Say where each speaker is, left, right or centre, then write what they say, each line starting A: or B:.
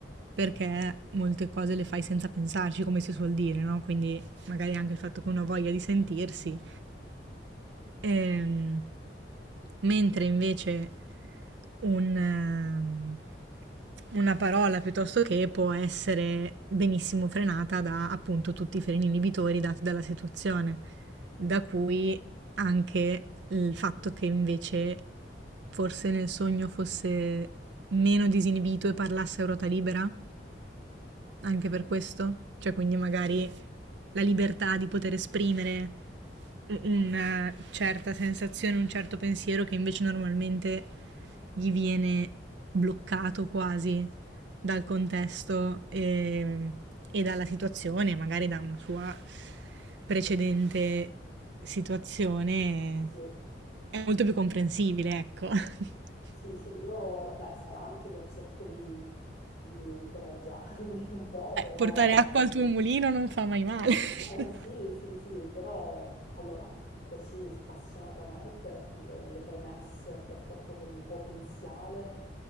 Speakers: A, on the right; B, on the left.
A: perché molte cose le fai senza pensarci, come si suol dire, no? Quindi Magari anche il fatto che uno ha voglia di sentirsi. Ehm, mentre invece un, ehm, una parola piuttosto che può essere benissimo frenata da appunto tutti i freni inibitori dati dalla situazione, da cui anche il fatto che invece forse nel sogno fosse meno disinibito e parlasse a ruota libera anche per questo? Cioè, quindi magari
B: Sì,
A: la libertà di poter esprimere u una certa sensazione, un certo pensiero che invece normalmente gli viene bloccato quasi dal contesto, ehm, e dalla situazione, magari da una sua precedente situazione,
B: sì,
A: è molto più comprensibile, ecco. <laughs> Vabbè,
B: sì, sì, io vabbè, sarà anche che cerco di di incoraggiarmi <laughs> un po', però
A: portare acqua al tuo mulino non fa mai male. <laughs>
B: Eh, sì, sì, sì, però allora così spassionatamente le, le premesse per qualcosa di potenziale,